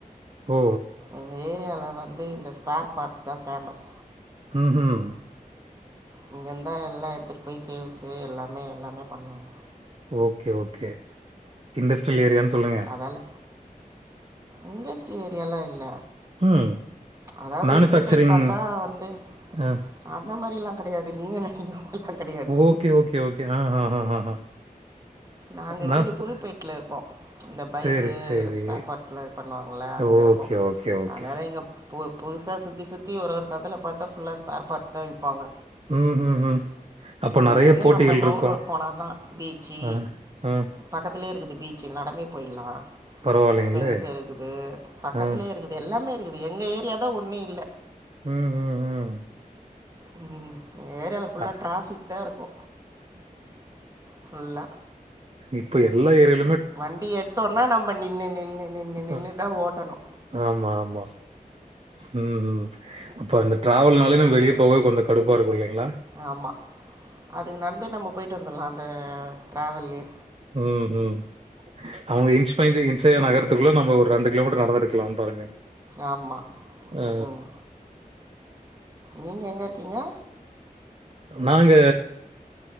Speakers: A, on the right (about 40°); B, on the right (about 25°).
A: ஓ!
B: எங்க ஏரியால வந்து இந்த ஸ்பேர் பாட்ஸ் தா ஃபேமஸ்
A: ம் ஹும்
B: இங்கே இந்தா எல்லா எடுத்துட் போய் சேல்ஸு எல்லாமே எல்லாமே பண்ணுவாங்க
A: ஓகே ஓகே இண்டஸ்ட்ரியல் ஏரியானு சொல்லுங்க
B: அதால் இண்டஸ்ட்ரி ஏரியாலா இல்ல
A: ம்
B: அதாவது
A: மேனுஃபேக்சரிங்
B: இந்த சைட் பாத்தா வந்து
A: அ
B: அந்த மாரி எல்லா கெடையாது நீங்க நெனைக்ற மா <unintelligible> கெடையாது
A: ஓகே, ஓகே, ஓகே. ஆஹாஹாஹா.
B: நாங்க இருக்கது
A: நான் சொ
B: புதுப்பேட் லருக்கோ இந்த பைக்கு
A: சரி, சரி.
B: இதுல ஸ்பேர் பார்ட்ஸ்லா இது பண்ணுவாங்கள்ல அங்க
A: ஓகே,
B: இருக்கோ
A: ஓகே, ஓகே.
B: அதனால எங்க இப்போ புதுசா சுத்தி சுத்தி ஒரு சந்துல பாத்தா ஃபுல்லா ஸ்பேர் பார்ட்ஸ்தா விப்பாங்க
A: ம் ம் ம் அப்ப
B: இங்க
A: நெறைய
B: இருந்து
A: போட்டிகள்
B: நம்ம மவுண்ட்ரோட்
A: இருக்கும்.
B: போனாதா பீச்சு
A: ஆ, ஆ.
B: பக்கத்துலயே இருக்குது பீச்சு நடந்தே போய்ட்லா
A: பரவாயில்லைங்களே!
B: ஸ்பென்சர் இருக்குது பக்கத்துலே
A: ஆ,
B: இருக்குது எல்லாமே இருக்குது எங்க ஏரியா தா ஒன்னு இல்ல
A: ம் ம், ம்.
B: ம் எங்க ஏரியால ஃபுல்லா
A: அ
B: ட்ராஃபிக்தா இருக்கு ஃபுல்லா
A: இப்ப எல்லா ஏரியால
B: வண்டி எடுத்தோனா நம்ம நின்னு நின்னு நின்னு நின்னுதா
A: அ,
B: ஓட்டணு
A: ஆமா ஆமா ம்ம் அப்போ அந்த டிராவல்னாலே நம்ப வெளிய போக கொஞ்சோ கடுப்பா இருக்கு இல்லைங்ளா
B: ஆமா அதுக்கு நடந்தே நம்ம போய்ட்டு வந்துட்லா அந்த டிராவல்லயே
A: ம் ம் அவங்க இன்ச் பை இன்சா
B: என்ன
A: நகரத்துக்குள்ள
B: பண்ண
A: நம்ம ஒரு ரெண்டு கிலோமீட்டர் நடந்துருக்க க்கலா பாருங்க
B: ஆமா
A: அ
B: ம் ம் நீங்க எங்க இருக்கீங்க
A: நாங்க